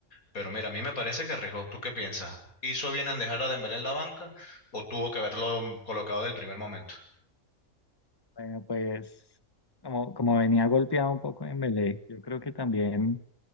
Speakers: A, on the left (about 75°); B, on the left (about 15°).
A: pero mira, a mí me parece que arriesgó. ¿Tú qué piensas? ¿Hizo bien en dejar a Dembélé en la banca o tuvo que haberlo colocado del primer momento?
B: bueno, pues como, como venía golpeado un poco en Dembélé, yo creo que también,